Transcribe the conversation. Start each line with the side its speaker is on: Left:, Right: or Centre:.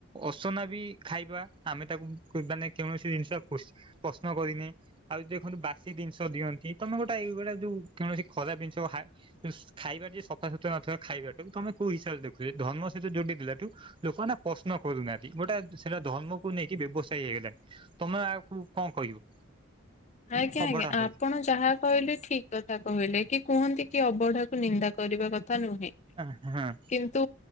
Right: ଅସନା ବି ଖାଇବା ଆମେ ତାକୁ ଅ- ମାନେ କୌଣସି ଜିନିଷ କୁ-ପ୍ରଶ୍ନ କରିନି। ଆଉ ଦେଖନ୍ତୁ ବାସି ଜିନିଷ ଦିଅନ୍ତି ତମେ ଗୋଟେ ଏଇ ଗୋଟେ ଯୋଉ କୌଣସି ଖରାପ ଜିନିଷ ହା ଯେ ଖାଇବା ଯଦି ସଫା ସୁତୁରା ନଥିବ ଖାଇବାଟାକୁ ତମେ କଉ ହିସାବରେ ଦେଖୁଚ ଧର୍ମ ସହିତ ଯୋଡି ଦେଲାଠୁ ଲୋକମାନେ ପ୍ରଶ୍ନ କରୁନାହାନ୍ତି। ଗୋଟା ସେଟା ଧର୍ମକୁ ନେଇକି ବ୍ୟବସାୟୀ ହେଇଗଲାଣି। ତମେ ଆକୁ କଣ କହିବ?
Left: ଆଜ୍ଞା
Right: ଅବଢା
Left: -ଆଜ୍ଞା ଆପଣ
Right: ହେଇ
Left: ଯାହା କହିଲେ ଠିକ୍ କଥା କହିଲେ କି କୁହନ୍ତି କି ଅବଢାକୁ ନିନ୍ଦା କରିବା କଥା ନୁହେଁ।
Right: ହାଁ -ହାଁ।
Left: କିନ୍ତୁ